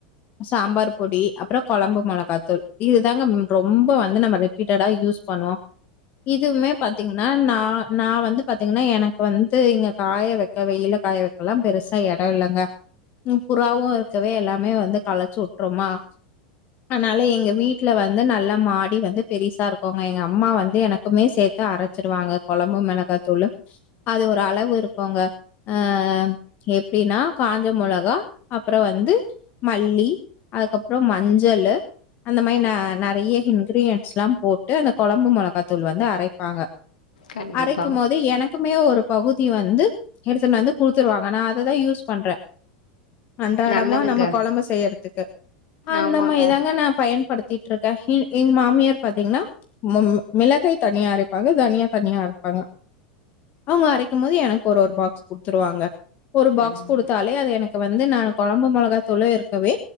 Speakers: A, on the left; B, on the left.
A: சாம்பார் பொடி அப்ரோ கொழம்பு மொளகாத்தூள் இதுதாங்க ரொம்ப வந்து நம்ம ரிபீட்டடா யூஸ் பண்ணுவோ இதுவுமே பாத்தீங்னா நா நா வந்து பாத்தீங்னா எனக்கு வந்து து இங்க காய வைக்க வெயில காய வைக்கலா பெருசா எடொ இல்லங்க ம் புறாவு இருக்கவே எல்லாமே வந்து களச்சு உட்ருமா அனால எங்க வீட்ல வந்து நல்லா மாடி வந்து பெரிசா இருக்குங்க எங்க அம்மா வந்து எனக்குமே சேத் து அரைச்சிருவாங்க கொழம்பு மெளகாத்தூளு அது ஒரு அளவு இருக்குங்க அ எப்டின்னா காஞ்ச மொளகா அப்றம் வந்து து மல்லி அதுக்கப்ரோ மஞ்சளு அந்த மாயி ந நறைய இன்கிரீயன்ஸ்லா போட்டு அந்த கொழம்பு மொளகாத்தூள் வந்து அரைப்பாங்க
B: கண்டிப்பாக
A: அரைக்குமோது எனக்குமே ஒரு பகுதி வந்து எடுத்துன் வந்து குடுத்துருவாங்க நா அததா யூஸ் பண்றே அன்றாடமா
B: நல்லதுங்க
A: நம்ம கொழம்பு செய்யறத்துக்கு அந்த
B: ஆமாங்க
A: மாரிதாங்க நா பயன்படுத் த்திட்ருக்கே ஹி எங் மாமியார் பாத்தீங்னா மோ ம் மிளகாய் தனியா அரைப்பாங்க தனியா தனியா அரைப்பாங்க அவங்க அரைக்கமோது எனக்கு ஒரு ஒரு பாக்ஸ் குடுத்துருவாங்க ஒரு பாக்ஸ்
B: ம்
A: குடுத்தாலே அது எனக்கு கு வந்து நானு கொழம்பு மொளகாய் தூளு இருக்கவே